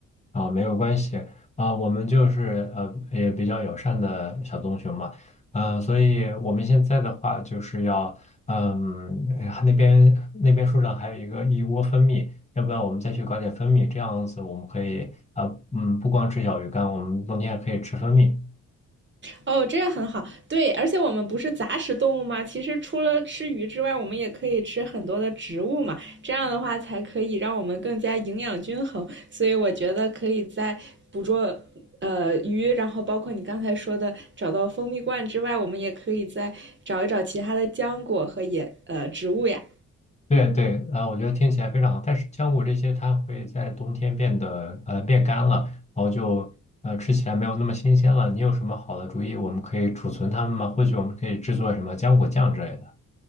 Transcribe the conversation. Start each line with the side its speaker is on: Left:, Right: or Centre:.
Left: 啊，没有关系啊，我们就是呃也比较友善的小棕熊嘛，嗯、所以我们现在的话就是要，嗯，哎呀那边那边树上还有一个一窝蜂蜜，要不要我们再去搞点蜂蜜？这样子我们可以啊、呃嗯，不光吃小鱼干，我们冬天也可以吃蜂蜜。
Right: 哦，这样很好。对，而且我们不是杂食动物吗？其实除了吃鱼之外，我们也可以吃很多的植物嘛。这样的话才可以让我们更加营养均衡。所以我觉得可以在捕捉呃鱼，然后包括你刚才说的找到蜂蜜罐之外，我们也可以再找一找其他的浆果和野呃植物呀。
Left: 对对，啊，我觉得听起来非常好。但是浆果这些它会在冬天变得呃变干了，然后就呃吃起来没有那么新鲜了。你有什么好的主意，我们可以储存它们吗？或许我们可以制作什么浆果酱之类的。